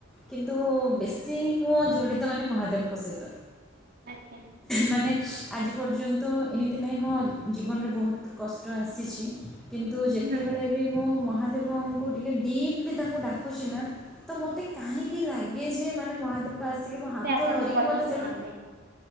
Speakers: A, in the centre; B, on the right (about 50°).
A: କିନ୍ତୁ ବେଶୀ ମୁଁ ଜଡ଼ିତ ମାନ ମହାଦେବଙ୍କ ସହିତ।
B: ଆଚ୍ଛା
A: ମାନେ ଆଜି ପର୍ଯ୍ୟନ୍ତ ଏମିତି ନାହିଁ ହଁ ଜୀବନରେ ବହୁତ କଷ୍ଟ ଆସିଛି କିନ୍ତୁ ଯେତେବେଳେ
B: ହୁଁ
A: ବି ମୋ ମ ମହାଦେବଙ୍କୁ ଟିକେ ଡିପ୍ଲି ତାଙ୍କୁ ଡାକୁଛି ନା ତ ମୋତେ କାହିଁକି ଲାଗେ ଯେ ମାନେ ମହାଦେବ ଆସିକି ମୁୋ ହାତ
B: ସେ ଆପଣଙ୍କ
A: ଧରିକି
B: କଥା
A: ମୋତେ
B: ଶୁଣନ୍ତି
A: ସେଠୁ